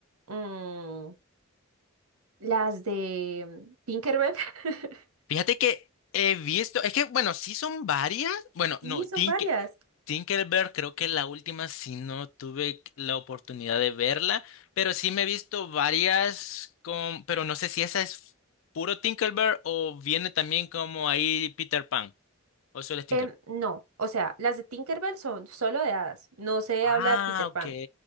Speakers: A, on the right (about 85°); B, on the left (about 65°).
A: mm, las de Tinkerbell. <laughs>
B: Fíjate que he visto, es que bueno, sí son varias. Bueno, no,
A: Sí, son
B: Tinker,
A: varias.
B: Tinkerbell creo que la última sí no tuve la oportunidad de verla, pero sí me he visto varias con, pero no sé si esa es puro Tinkerbell o viene también como ahí Peter Pan o solo es Tinkerbell.
A: Em, no, o sea, las de Tinkerbell son solo de hadas, no se
B: Ah,
A: habla de Peter
B: ok.
A: Pan.